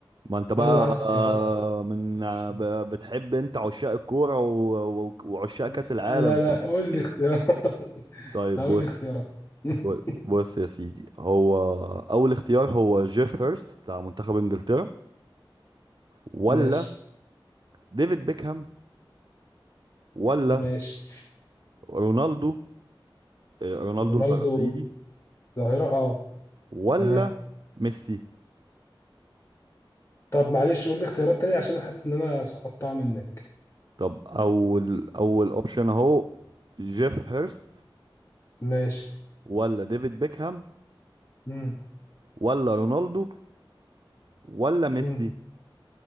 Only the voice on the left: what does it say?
لا أنا عايز اختيارات
حبيبي
ماشي.
لا
لا لا
قول لي اختيارات <laughs>
لا قول
لي اختيارات <laughs>
ماشي
ماشي
رونالدو
ظاهرة أه
تمام
طب معلش قول لي اختيارات تانية عشان احس ان انا سقطتها منك
ماشي
مم.
مم.